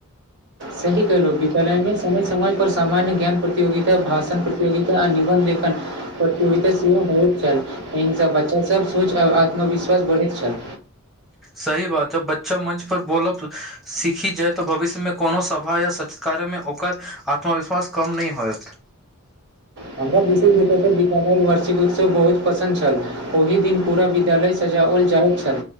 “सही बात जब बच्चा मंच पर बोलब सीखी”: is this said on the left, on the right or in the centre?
Centre